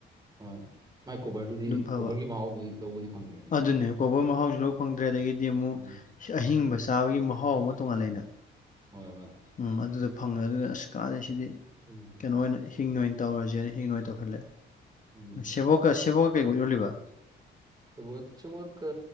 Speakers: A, on the right; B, on the left.
A: ꯍꯣꯢ ꯃꯥꯢ ꯀꯣꯕꯔꯗꯨꯗꯤ
B: ꯐꯕ
A: ꯀꯣꯕꯔꯒꯤ ꯃꯍꯥꯎꯗꯨꯗꯤ ꯂꯧꯕꯗꯤ ꯐꯪꯗ꯭ꯔꯦꯅꯦ
B: ꯑꯗꯨꯅꯦ ꯀꯣꯕꯔ ꯃꯍꯥꯎꯖꯨ ꯐꯪꯗ꯭ꯔꯦ ꯑꯗꯒꯤꯗꯤ ꯑꯃꯨꯛ
A: ꯎꯝ
B: ꯑꯍꯤꯡꯕ ꯆꯥꯕꯒꯤ ꯃꯍꯥꯎ ꯑꯃ ꯇꯣꯡꯉꯥꯟ ꯂꯩꯅ ꯑ
A: ꯍꯣꯢ ꯍꯣꯢ
B: ꯎꯝ ꯑꯗꯨꯗ ꯐꯪꯉꯦ ꯑꯗꯨꯅ ꯑꯁ ꯀꯥꯟꯅꯩꯁꯤꯗꯤ
A: ꯑꯗꯨ ꯅꯨꯡꯉꯥꯏꯅ
B: ꯀꯩꯅꯣ
A: ꯍꯥ
B: ꯑꯣꯢꯅ ꯍꯤꯡꯅ ꯑꯣꯏꯅ ꯇꯧꯔꯁꯦꯅ ꯍꯤꯡꯅ ꯑꯣꯏꯅ ꯇꯧꯁꯜꯂꯦ
A: ꯎꯝ ꯎꯝ
B: ꯁꯦꯕꯣꯛꯀ ꯁꯦꯕꯣꯛꯀ ꯀꯩꯒ ꯏꯔꯣꯜꯂꯤꯕ
A: ꯁꯦꯕꯣꯠ ꯁꯦꯕꯣꯠ ꯀ꯭ꯔ